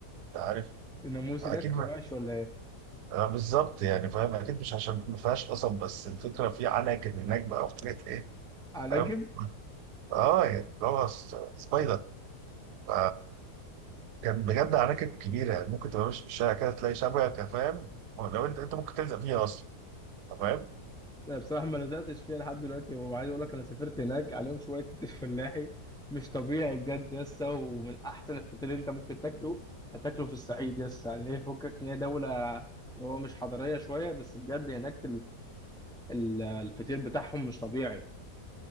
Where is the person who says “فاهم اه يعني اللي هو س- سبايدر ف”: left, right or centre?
Right